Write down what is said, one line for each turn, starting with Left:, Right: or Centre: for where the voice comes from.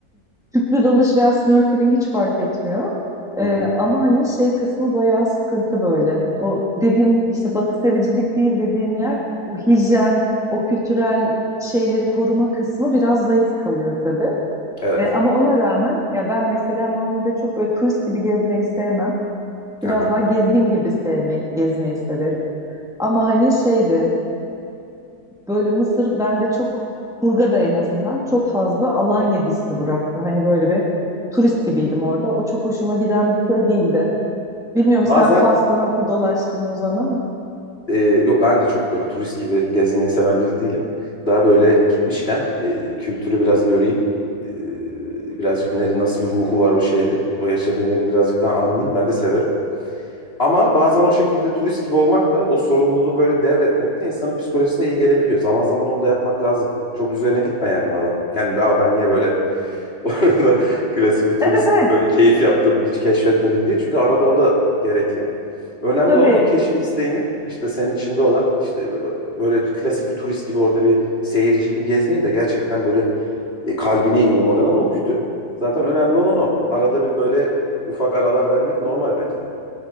Centre: tüplü dalış veya snorkeling hiç fark etmiyor.
Left: Hı
Centre: Ee,
Left: hı.
Centre: ama hani şey kısmı bayağı sıkıntı böyle. O dediğim işte batı sevicilik değil dediğim yer o hijyen, o kültürel şeyleri koruma kısmı biraz zayıf kalıyor tabii.
Left: Evet.
Centre: Ee, ama ona rağmen ya ben mesela normalde çok böyle turist gibi gezmeyi sevmem. Biraz
Left: Aha.
Centre: daha gezgin gibi sevme, gezmeyi severim. Ama hani şeydi böyle Mısır bende çok Kurga'da en azından çok fazla Alanya hissi bıraktı. Hani böyle bir turist gibiydim orada. O çok hoşuma giden bir şey değildi. Bilmiyorum
Left: Bazen
Centre: sen Fas'ta nasıl dolaştın Ozan ama.
Left: e, yo ben de çok böyle turist gibi gezmeyi seven biri değilim. Daha böyle gitmişken e, kültürü biraz göreyim. E, birazcık nere, nasıl bir ruhu var o şehrin, o yaşadığım yerin birazcık daha anlayayım. Ben de severim. Ama bazen o şekilde turist gibi olmak da o sorumluluğu böyle devretmek de insanın psikolojisine iyi gelebiliyor. Zaman zaman onu da yapmak lazım. Çok üzerine gitme yani madem. Yani Aa, ben niye böyle <laughs> orada klasik bir turist
Centre: Evet evet
Left: gibi böyle keyif yaptım, hiç keşfetmedim diye. Çünkü arada o da gerekli. Önemli
Centre: tabii
Left: olan o keşif isteğinin işte senin içinde olan işte e, böyle klasik bir turist gibi orada bir seyirci gibi gezmeyeyim de gerçekten böyle e, kalbine ineyim oranın o güdü. Zaten önemli olan o. Arada bir böyle ufak aralar vermek normal bence de.